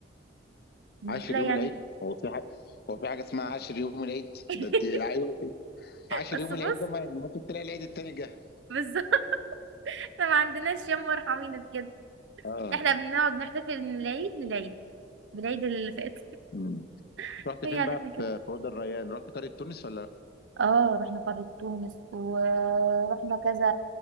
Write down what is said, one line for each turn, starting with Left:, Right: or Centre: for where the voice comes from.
Right: مش
Left: عاشر
Right: هتلاقي
Left: يوم
Right: يعني
Left: العيد هو في حاجه هو في حاجه اسمها عاشر يوم العيد
Right: <laughs>
Left: ده انت الع- عاشر
Right: بس
Left: يوم
Right: بص
Left: العيد ده ما ممكن تلاقي العيد التاني جه
Right: بالظبط احنا ما عندناش يوم مرحمين كده
Left: اه
Right: احنا بنقعد نحتفل من العيد للعيد بالعيد اللي فات
Left: مم.
Right: <laughs>
Left: رحت
Right: هي
Left: فين
Right: عيلتنا
Left: بقى
Right: كده
Left: في في وادي الريان رحت قريه تونس ولا لا؟
Right: اه رحنا قرية تونس ورحنا كذا